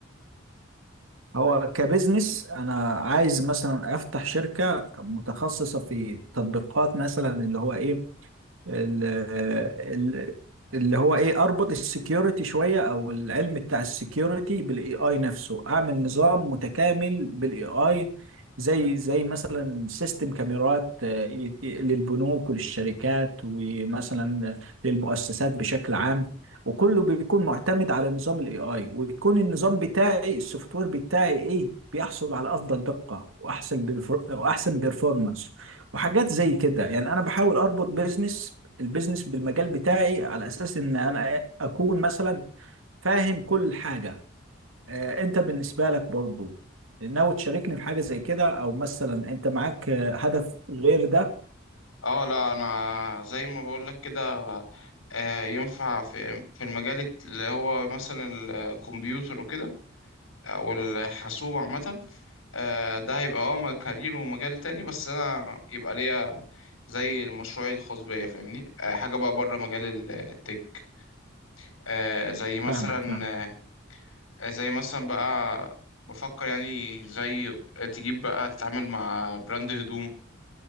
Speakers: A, on the right; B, on the left.
A: هو كبزنس انا عايز مثلا افتح شركة متخصصة في تطبيقات مثلا اللي هو ايه ال- ال- اللي هو ايه اربط السكيورتي شويه او العلم بتاع السكيورتي بالاي اي نفسه اعمل نظام متكامل بالاي اي زي زي مثلا سيستم كاميرات آه، ي- ي- للبنوك وللشركات ومثلا للمؤسسات بشكل عام وكله بيكون معتمد على نظام الاي اي ويكون النظام بتاعي السوفت وير بتاعي ايه بيحصل على افضل دقه واحسن بيرفو- واحسن بيرفورمانس وحاجات زي كده يعني انا بحاول اربط بيزنس البيزنس بالمجال بتاعي على اساس ان انا اكون مثلا فاهم كل حاجه آه، انت بالنسبه لك برضو ناوي تشاركني في حاجه زي كده او مثلا انت معاك آه، هدف غير ده
B: اه لا انا زي ما بقول لك كده آه، ينفع في في المجال اللي هو مثلا الكمبيوتر وكده او الحاسوب عامه آه، ده هيبقى اه كارير ومجال تاني بس انا يبقى ليا زي المشروع الخاص بيا فاهمني آه، حاجه بقى بره مجال ال- التك آه، زي مثلا
A: فاهمك فاهم
B: آه، زي مثلا بقى بفكر يعني زي تجيب بقى تتعامل مع براند هدوم